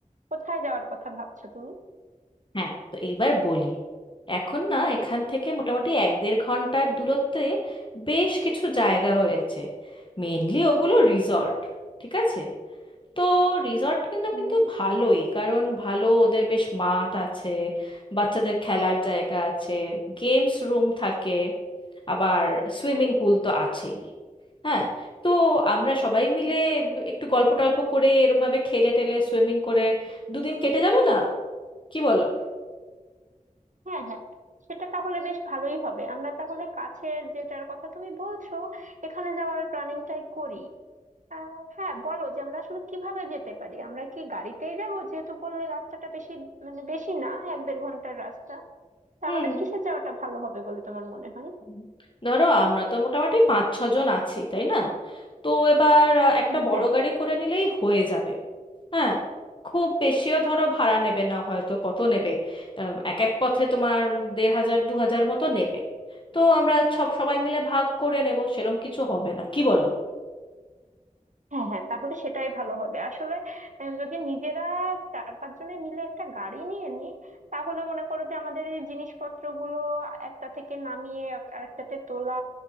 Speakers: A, on the right; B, on the left.
A: কোথায় যাওয়ার কথা ভাবছো তুমি
B: হ্যাঁ তো এইবার বলি এখন না এখান থেকে মোটামুটি এক দেড় ঘন্টার দূরত্বে বেশ কিছু জায়গা হয়েছে মেনলি ওগুলো রিসর্ট ঠিক আছে তো রিসর্ট কিন্তু
A: হুম
B: কিন্তু ভালোই কারণ ভালো ওদের বেশ মাঠ আছে বাচ্চাদের খেলার জায়গা আছে গেমস রুম থাকে আবার সুইমিং পুল তো আছেই হ্যাঁ তো আমরা সবাই মিলে
A: হুম।
B: ব- একটু গল্প টল্প করে এরমভাবে খেলে টেলে সুইমিং করে দুদিন কেটে যাবে না কি বলো
A: হ্যাঁ হ্যাঁ সেটা তাহলে বেশ ভালোই হবে আমরা তাহলে কাছের যেটার কথা তুমি বলছো এখানে যাওয়ার প্ল্যানিংটাই করি আহ হ্যাঁ বলো যে আমরা আসলে কিভাবে যেতে পারি আমরা কি গাড়িতেই যাবো যেহেতু বললে রাস্তাটা বেশি মানে বেশি না এক দেড় ঘন্টার রাস্তা তা
B: হ্যাঁ
A: আমাদের কিসে যাওয়াটা ভালো হবে বলে তোমার মনে হয়
B: হুম। ধরো আমরা তো মোটামুটি পাঁচ ছজন আছি তাই না তো এবার আহ, একটা
A: উম,
B: বড়
A: হ্যাঁ
B: গাড়ি করে নিলেই হয়ে যাবে হ্যাঁ খুব বেশিও ধরো ভাড়া নেবে না হয়তো কত নেবে আহ, এক এক পথে তোমার উম, দেড় হাজার দু হাজার মতো নেবে তো আমরা সব সবাই মিলে ভাগ করে নেব সেরম কিছু হবে না কি বলো
A: হ্যাঁ হ্যাঁ তাহলে সেটাই ভালো হবে আসলে আহ, যদি নিজেরা চার পাঁচ জনে মিলে একটা গাড়ি নিয়ে নিই তাহলে মনে করো যে আমাদের এই জিনিসপত্রগুলো একটা থেকে নামিয়ে আর- আরেকটাতে তোলা